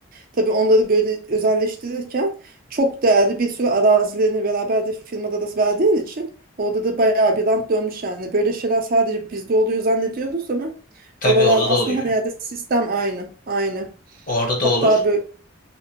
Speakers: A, on the right; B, on the left.
A: Tabii onları böyle özelleştirirken çok değerli bir sürü arazilerini beraber de firmada da verdiğin için orada da bayağı bir rant dönmüş yani. Böyle şeyler sadece bizde oluyor zannediyoruz ama
B: Tabii
A: oralar
B: orada da
A: aslında
B: oluyor.
A: her yerde sistem aynı, aynı.
B: Orada
A: Hatta
B: da olur.
A: böyle